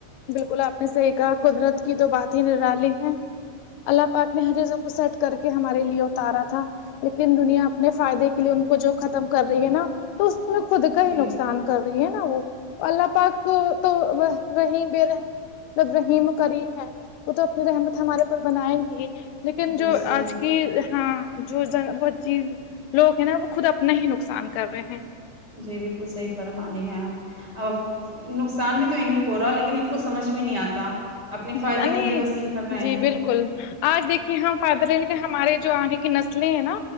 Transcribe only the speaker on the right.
جی
جی
صحیح
بات
جی بالکل صحیح فرما رہی ہیں آپ اور نقصان بھی تو انہیں کو ہو رہا لیکن ان کو سمجھ میں نہیں آتا اپنے
فائدے کے
لیے بس یہ کر رہے
ہیں